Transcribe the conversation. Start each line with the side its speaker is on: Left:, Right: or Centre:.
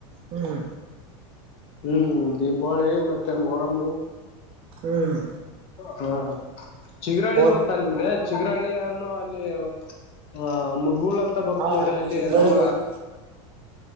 Right: ಹ್ಮ್
Left: ಹ್ಮ್ ದೀಪಾವಳಿ ಮತ್ತೆ ಮೊರಮು
Right: ಹ್ಮ್
Left: ಹಾ ಚಿಗರಳ್ಳಿ
Right: ಮೊ
Left: ಗೊತ್ತಾ ನಿಮ್ಗೆ ಚಿಗರಳ್ಳಿನ್ನು ಅಲ್ಲಿ ಹ ಮುದ್ಗುಳ್ ಅಂತ ಬರುತ್
Right: ಹಾ
Left: ನೋಡಿ ಅಲ್ಲಿ
Right: ಚಿತ್ರಳಿ
Left: ನಮ್ಮ
Right: ಗೊತ್